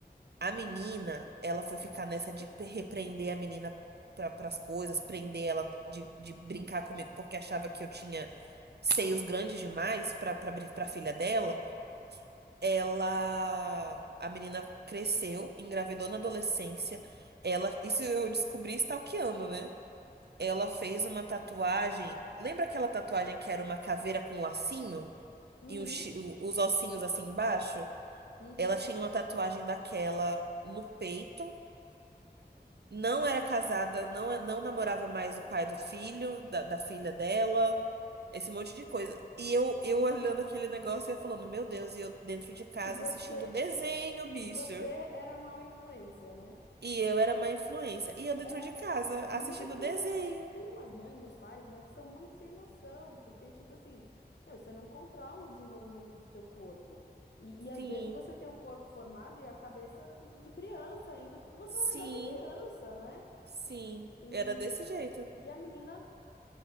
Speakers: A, on the right; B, on the left.
A: A menina, ela foi ficar nessa de pe- repreender a menina para as coisas, prender ela de, de brincar comigo, porque achava que eu tinha seios grandes demais para para filha dela. Ela, a menina cresceu, engravidou na adolescência. Ela, isso eu descobri stalkeando, né? Ela fez uma tatuagem. Lembra aquela tatuagem que era uma caveira com lacinho
B: Uhum,
A: e os chi- os ossinhos assim embaixo?
B: uhum.
A: Ela tinha uma tatuagem daquela no peito não era casada, não, não namorava mais o pai do filho, da, da filha dela, esse monte de coisa. E eu, eu olhando aquele negócio e eu falando, meu Deus, e eu dentro de casa
B: E você,
A: assistindo desenho, bicho.
B: e você era mal influência, né?
A: E eu era uma influência. E eu dentro
B: É,
A: de casa assistindo
B: mas é que tem
A: desenho.
B: uns, tem umas mães, uns pais, né, que são muito sem noção, porque, tipo assim, meu, você não controla o desenvolvimento do teu corpo. E, e às
A: Sim,
B: vezes você tem um corpo formado e a cabeça de, de criança ainda, porque você,
A: sim,
B: na verdade, é criança, né?
A: sim.
B: E,
A: Era desse jeito.
B: e a menina